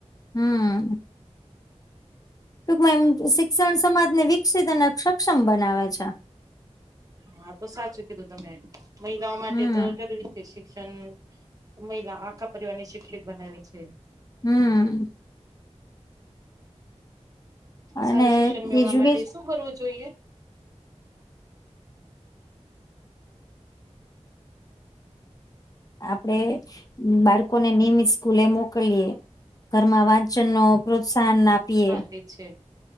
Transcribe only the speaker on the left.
હમ ટૂંકમાં એમ શિક્ષણ સમાજને વિકસિત અને સક્ષમ બનાવે છે.
હમ
હમ અને
એજ્યુકેશ
આપડે બાળકોને નિયમિત સ્કૂલે મોકલીએ. ઘરમાં વાંચન નો પ્રોત્સાહન આપીએ.